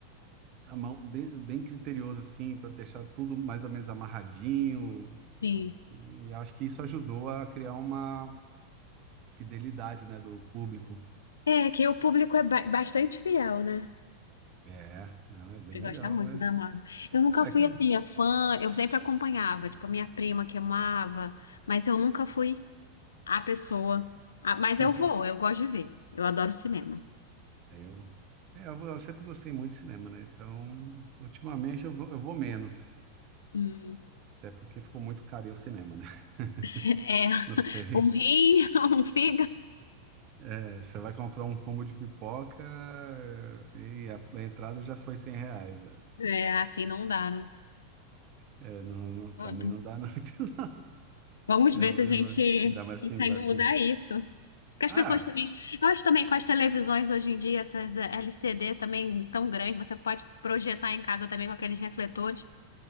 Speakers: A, on the right; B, on the left.
A: à mão, bem, bem criterioso assim, para deixar tudo mais ou menos amarradinho.
B: Sim.
A: E acho que isso ajudou a criar uma fidelidade, né, do público.
B: É que o público é ba- bastante fiel, né?
A: É, não, é bem
B: Você
A: legal,
B: gosta muito
A: mas
B: da Marvel. Eu nunca
A: é
B: fui
A: quem
B: assim, a fã, eu sempre acompanhava, tipo, a minha prima que amava, mas eu nunca fui a pessoa. Ah, mas
A: <laughs>
B: eu vou, eu gosto de ver. Eu adoro cinema.
A: Aí eu, é, eu, eu sempre gostei muito de cinema, né? Então, ultimamente eu vou, eu vou menos,
B: Hum,
A: até porque ficou muito caro ir ao cinema, né?
B: É, <laughs>
A: <laughs> Não sei.
B: um rim, <laughs> um fígado.
A: É, você vai comprar um combo de pipoca e a, a entrada já foi 100 reais. já.
B: É, assim não dá, né?
A: É, não, não,
B: Pronto.
A: pra mim não dá não. <laughs>
B: Vamos
A: É,
B: ver
A: hoje
B: se a gente
A: eu vou- ainda mais
B: consegue
A: quem vai
B: mudar
A: com...
B: isso. Porque as
A: Ah,
B: pessoas também. Eu acho também com as televisões hoje em dia, essas eh, LCD também tão grandes, você pode projetar em casa também com aqueles refletores.